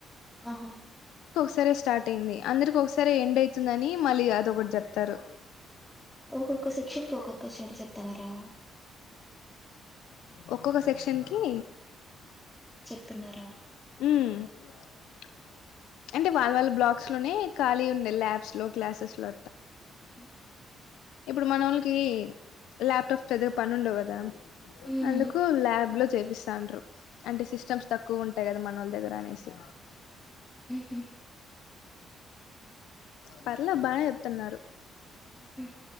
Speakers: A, in the centre; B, on the left (about 90°).
A: ఆహా
B: సరే స్టార్ట్ అయింది అందరికి ఒకసారె ఎండ్ అయితుందని మళ్ళీ అదొకటి చెప్తారు
A: ఒక్కొక్క సెక్షన్ కి ఒక్కొక్క చోట చెప్తనారా
B: ఒక్కొక్క సెక్షన్ కి
A: న్నారా
B: మ్ వాళ్ళ వాళ్ళ బ్లాక్స్ లోనే ఖాళీ ఉండే ల్యాబ్స్ లో క్లాసెస్ లో
A: మ్
B: ఇప్పుడు మనోళ్ళకీ ల్యాప్ టాప్ పెద్దగా పని ఉండవు కదా
A: ఉమ్
B: అందుకు ల్యాబ్ లో చే పిస్తాండ్రూ అంటే సిస్టమ్స్ తక్కువ ఉంటయి కదా మనోళ్ళ దగ్గర అనేసి
A: హు హుమ్
B: పర్లే బానే చెప్తున్నారు
A: ఉ హు